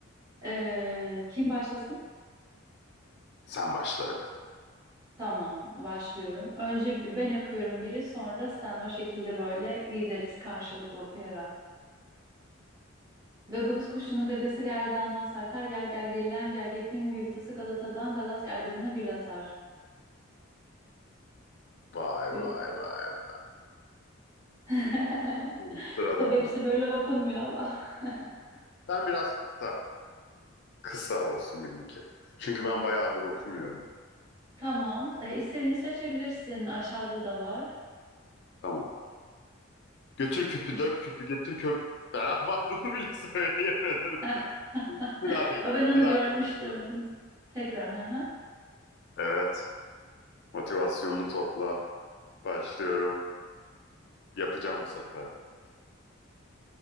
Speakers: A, on the right (about 20°); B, on the left (about 55°).
A: Ee, kim başlasın?
B: Sen başla hadi.
A: Tamam, başlıyorum. Önce bi- ben okuyorum biri, sonra sen o şekilde böyle gideriz karşılıklı okuyarak. Gagavuz kuşunun gagası gerdandan sarkar, gerger gerilen gergefin gültası Galata'dan Galat gergedana gül atar.
B: Vay
A: Gül.
B: vay vay.
A: <laughs>
B: Hı, Sırada
A: Tabii hepsi
B: ben.
A: böyle okunmuyor ama. <laughs>
B: Ben biraz kısa. Kısa olsun benimki. Çünkü ben bayağıdır okumuyorum.
A: Tamam, e, istediğini seçebilirsin. Aşağıda da var.
B: Tamam. Götür küpü
A: Aş-
B: dök küpü getir köp. Ah, <laughs> bak bunu bile <laughs> söyleyemedim.
A: <laughs>
B: Bir daha deniyorum.
A: Aa, ben onu
B: Bir daha
A: görmüştüm.
B: deniyorum. Bir daha.
A: Tekrar. hı hı.
B: Evet. Motivasyonunu topla. Başlıyorum. Yapacağım bu sefer.